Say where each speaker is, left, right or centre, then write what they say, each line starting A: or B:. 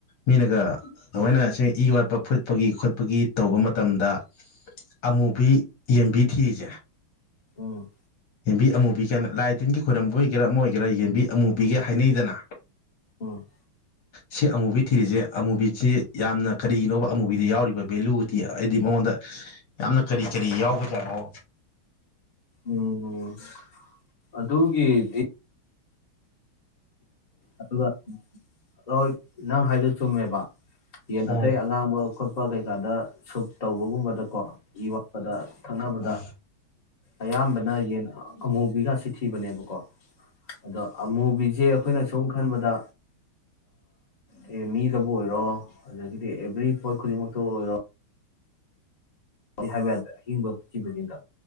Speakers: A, on the left; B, on the left.
A: ꯃꯤꯅꯒ ꯂꯃꯣꯏꯅ ꯁꯦꯡ ꯏ ꯋꯥꯠꯄ ꯐꯨꯠꯄꯒꯤ ꯈꯣꯠꯄꯒꯤ ꯇꯧꯕ ꯃꯇꯝꯗ ꯑꯃꯨꯕꯤ ꯌꯦꯟꯕꯤ ꯊꯤꯔꯤꯁꯦ
B: ꯎ
A: ꯌꯦꯟꯕꯤ ꯑꯃꯨꯕꯤꯒꯦꯅ ꯂꯥꯏ ꯇꯤꯟꯒꯤ ꯈꯣꯏꯔꯝꯕ ꯑꯣꯏꯒꯦꯔꯥ ꯑꯃ ꯑꯣꯏꯒꯦꯔꯥ ꯌꯦꯟꯕꯤ ꯑꯃꯨꯕꯤꯒꯦ ꯍꯥꯏꯅꯩꯗꯅ
B: ꯎꯝ
A: ꯁꯤ ꯑꯃꯨꯕꯤ ꯊꯤꯔꯤꯁꯦ ꯑꯃꯨꯕꯤꯁꯤ ꯌꯥꯝꯅ ꯀꯔꯤꯅꯣꯕ ꯑꯃꯨꯕꯤꯗ ꯌꯥꯎꯔꯤꯕ ꯚꯦꯂꯨꯗꯤ ꯍꯥꯏꯗꯤ ꯃꯉꯣꯟꯗ ꯌꯥꯝꯅ ꯀꯔꯤ ꯀꯔꯤ ꯌꯥꯎꯕ ꯌꯥꯥꯅꯣ
B: ꯎꯝ ꯑꯗꯨꯒꯤꯗꯤ ꯑꯗꯨꯒ ꯍꯣꯏ ꯅꯪ ꯍꯥꯏꯗ ꯆꯨꯝꯃꯦꯕ ꯌꯦ ꯅ
A: ꯎꯝ
B: ꯑꯉꯥꯡ ꯁꯄꯥ ꯀꯩꯀꯥꯗ ꯁꯨꯞ ꯇꯧꯕꯒꯨꯝꯕꯗꯀꯣ ꯏ ꯋꯥꯠꯄꯗ ꯊꯛꯅꯕꯗ
A: ꯎꯝ
B: ꯑꯌꯥꯝꯕꯅ ꯌꯦꯟ ꯑꯃꯨꯕꯤꯒ ꯁꯤꯤꯊꯤꯕꯅꯦꯕꯀꯣ ꯑꯗ ꯃꯨꯕꯤꯁꯦ ꯑꯩꯈꯣꯏꯅ ꯑ ꯈꯟꯕꯗ ꯑꯦ ꯃꯤꯗꯕꯨ ꯑꯣꯏꯔꯣ ꯑꯗꯒꯤꯗꯤ ꯑꯦꯕ꯭ꯔꯤ ꯄꯣꯠ ꯈꯨꯗꯤꯡꯃꯛꯇꯕꯨ ꯑꯣꯏꯔꯣ ꯑꯗꯨ ꯍꯥꯏꯕ ꯌꯥꯗ꯭ꯔꯦ ꯑꯍꯤꯡꯕ ꯤꯕꯁꯤꯡꯗ